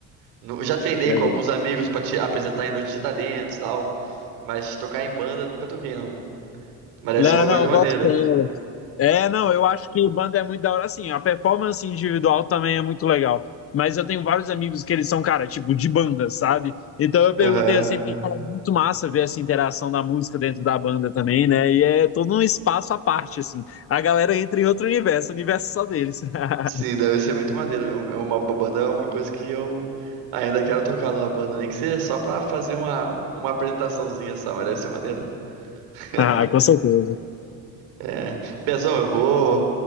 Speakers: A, on the right (about 90°); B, on the left (about 40°).
A: Nu- Já treinei
B: Legal.
A: com alguns amigos pra te apresentar em noite de talentos e tal, mas tocar em banda nunca toquei, não. Mas deve
B: Não,
A: ser uma
B: não,
A: coisa maneira.
B: bota fé. É, não, eu acho que banda é muito da hora, assim, a performance individual também é muito legal, mas eu tenho vários amigos que eles são, cara, tipo, de banda, sabe? Então eu perguntei
A: Aham.
B: assim, porque cara, é muito massa ver essa interação da música dentro da banda também, né? E é todo um espaço à parte, assim, a galera entra em outro universo, o universo é só deles. <laughs>
A: Sim, deve ser muito maneiro mesmo. É uma ba- banda é uma coisa que eu ainda quero tocar numa banda, nem que seja só pra fazer uma, uma apresentaçãozinha só, mas deve ser maneiro. <laughs>
B: Ah, com certeza.
A: É, Pezão, eu vou,